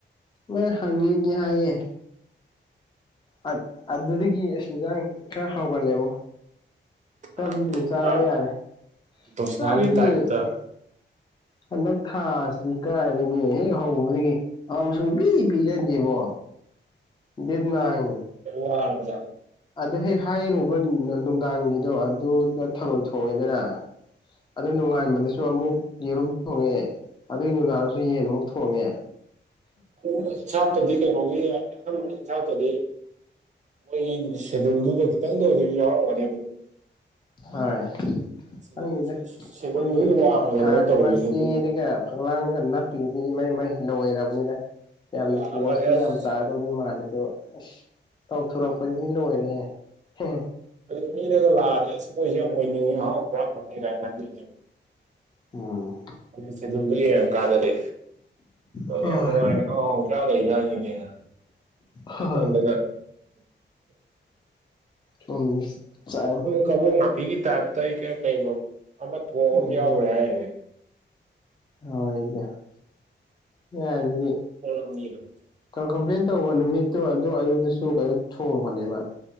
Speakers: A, on the left; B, on the right.
A: ꯃꯣꯏ ꯍꯡꯅꯤꯗꯤ ꯍꯥꯏꯌꯦ ꯑ ꯑꯗꯨꯗꯒꯤ ꯑꯁ ꯏꯟꯖꯥꯡ ꯈꯔ ꯍꯧꯒꯜꯂꯦꯕꯣ ꯆꯥꯛꯗꯤ
B: ꯅꯍꯥꯟꯅꯗꯤ
A: ꯑꯗꯨꯝ ꯆꯥꯕ
B: ꯄꯨꯔꯥ
A: ꯌꯥꯔꯦ
B: ꯗꯣꯁꯥꯒꯤ
A: <unintelligible>
B: ꯇꯥꯏꯞꯇ
A: ꯍꯟꯗꯛ ꯊꯥꯁꯤꯗꯤ ꯀꯥꯏꯗꯒꯤ ꯍꯦꯛ ꯍꯧꯕꯗꯒꯤ ꯑꯎ ꯁꯪꯕꯤ ꯄꯤꯖꯗꯦꯕꯣ ꯗꯦꯠ ꯅꯥꯏꯟ
B: ꯋꯥꯔꯕ ꯖꯥꯠꯅꯦ
A: ꯑꯗꯨ ꯍꯦꯛ ꯍꯥꯏꯔꯨꯕ ꯅꯨ ꯅꯨꯡꯗꯥꯡꯒꯤꯗꯣ <unintelligible> ꯊꯔꯣꯏ ꯊꯣꯡꯉꯦꯗꯅ ꯑꯗꯨ ꯅꯣꯡꯉꯥꯟꯕꯗꯁꯨ ꯑꯃꯨꯛ ꯌꯦꯔꯨꯝ ꯊꯣꯡꯉꯦ ꯑꯗꯨꯒꯤ ꯅꯨꯗꯥꯡꯗꯁꯨ ꯌꯦꯟ ꯑꯃꯨꯛ ꯊꯣꯡꯉꯦ
B: <unintelligible> ꯁꯥꯞꯇꯗꯤ ꯀꯩꯅꯣꯒꯤ <unintelligible> ꯁꯥꯞꯇꯗꯤ ꯃꯣꯏꯒꯤ ꯁꯦꯗꯨꯜꯗꯨꯗ ꯈꯤꯇꯪꯗ ꯑꯣꯏꯖꯨ ꯌꯥꯎꯔꯝꯒꯅꯤꯕ ꯑꯗꯨꯝ
A: ꯍꯣꯏ
B: ꯑꯗꯨꯝ
A: <unintelligible> ꯗꯦꯗ
B: ꯁꯦꯗꯨꯜꯗꯨꯒꯤ
A: ꯃꯣꯏ
B: ꯋꯥꯡꯃꯗꯅꯦꯕ
A: ꯊꯥꯔꯤꯕ
B: ꯇꯧꯔꯤꯁꯦ
A: ꯆꯦꯗꯒ
B: ꯑꯗꯨꯒ
A: ꯐꯛꯂꯥꯡꯗꯒ ꯅꯞ <unintelligible> ꯏꯃꯩ ꯃꯩ ꯂꯣꯏꯔꯕꯅꯤꯗ ꯌꯥꯝꯅ
B: ꯂꯥꯛꯑꯒꯅꯦ
A: ꯄꯣꯁꯇꯤ
B: ꯑꯁ
A: ꯌꯥꯝ ꯇꯥ ꯇꯧꯗꯤ ꯃꯥꯜꯂꯦ ꯑꯗꯣ ꯑꯁ ꯇꯧꯊꯣꯔꯛꯄꯗꯗꯤ ꯂꯣꯏꯔꯦꯍꯦ ꯍꯦꯍꯦ
B: ꯑꯗꯨ ꯃꯤꯅꯒ ꯂꯥꯛꯑꯗꯤ ꯑꯁ ꯃꯣꯏꯖꯦ ꯌꯥꯝ ꯑꯣꯏꯅꯤꯡꯉꯤ ꯑꯍꯥꯎ ꯆꯥ ꯐꯪꯅꯤ ꯀꯥꯏꯅ ꯈꯟꯗꯣꯏꯅꯦꯕ
A: ꯎꯝ
B: <unintelligible> ꯁꯦꯗꯨꯜꯗꯣ ꯌꯦꯡꯉꯀꯥꯟꯗꯗꯤ ꯅꯪꯗꯤ
A: ꯍꯣꯏ
B: ꯌꯥꯝ ꯅꯨꯡꯉꯥꯏꯅ ꯍꯥꯎ ꯍꯥꯎ ꯆꯥ ꯂꯩꯅ ꯍꯥꯏꯖꯤꯗꯤ
A: ꯍꯣꯏ
B: <unintelligible> <unintelligible>
A: ꯁꯣꯝꯗꯤ ꯆꯥꯡ
B: ꯀꯕꯣꯛ ꯅꯥꯄꯤꯒꯤ ꯇꯥꯏꯞꯇ ꯑꯩ ꯀꯦ ꯀꯩꯅꯣ ꯑꯃ ꯊꯣꯛꯕ
A: ꯑꯗꯨꯅꯤ
B: ꯑꯃ ꯌꯥꯎꯈ꯭ꯔꯦ ꯍꯥꯏꯔꯤꯅꯦ
A: <unintelligible>
B: ꯀꯣꯂꯝꯃꯤꯔꯣ
A: ꯀ ꯀꯝꯄ꯭ꯂꯦꯟ ꯇꯧꯕ ꯅꯨꯃꯤꯠꯇꯨ ꯑꯗꯨ ꯑꯌꯨꯛꯇꯁꯨ ꯀꯩꯅꯣ ꯊꯣꯡꯕꯅꯦꯕꯥ